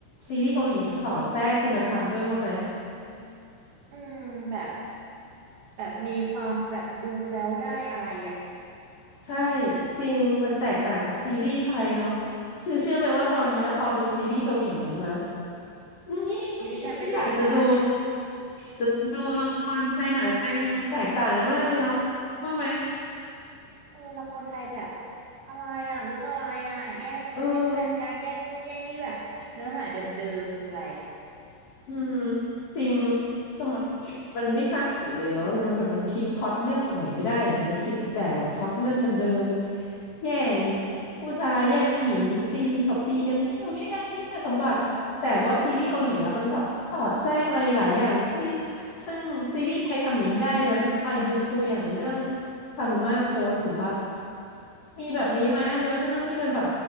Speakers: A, on the left; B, on the right.
A: ซีรีส์เกาหลีมันสอดแทรกคุณธรรมด้วยว่าไหม
B: อืมแบบแบบมีความแบบดูแล้วได้อะไรอ่ะ
A: ใช่จริงมันแตกต่างกับซีรีส์ไทยเนาะคือเชื่อไหมว่าตอนเนี้ยพอดูซีรีส์เกาหลีแล้วนะ นี่ไม่คิดจะอยากจะดู
B: ซีรีส์ไทยไม่ดูเลยจ้า
A: จะดูละครไทยหนังไทยเลยมันแตกต่างกันมากเลยเนาะว่าไหม
B: เออละครไทยแบบอะไรอ่ะเรื่องอะไรอ่ะแย่งแย่งแฟนกันแย่งนู่นแย่งนี่แบบเนื้อหาเดิมๆคืออะไร
A: เอออืมจริงทำไมแบบมันไม่สร้างสรรค์เลยเนาะทำไมแบบมันคิดพล็อตเรื่องใหม่ๆไม่ได้ยังไงคิดแต่แบบพล็อตเรื่องเดิมๆแย่ง ผู้ชายแย่งผู้หญิงตีตบตีกันไม่อยู่แค่นั้นแค่สมบัติแต่ว่าซีรีส์เกาหลีอะมันแบบสอดแทรกอะไรหลายอย่างที่
B: จริง
A: ซึ่งซีรีส์ไทยทำอย่างนี้ไม่ได้เลยนะอายุดูอย่างเรื่องคารุมาโค้ดเห็นปะมีแบบนี้ไหมอะเนื้อเรื่องที่มันแบบ